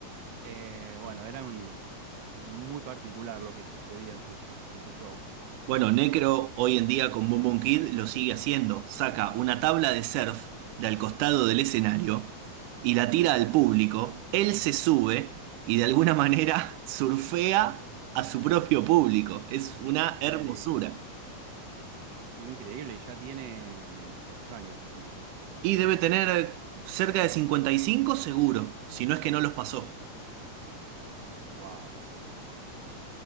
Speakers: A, on the right (about 65°); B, on the right (about 80°).
A: Eh, bueno, era un- muy particular lo que sucedía en sus, en sus shows.
B: Bueno, Necro hoy en día con Boom Boom Kid lo sigue haciendo. Saca una tabla de surf de al costado del escenario y la tira al público. Él se sube y de alguna manera <laughs> surfea a su propio público. Es una hermosura.
A: No me digas. Qué increíble, y ya tiene unos cuantos años ese muchacho.
B: Y debe tener cerca de 55 seguro, si no es que no los pasó.
A: Wow.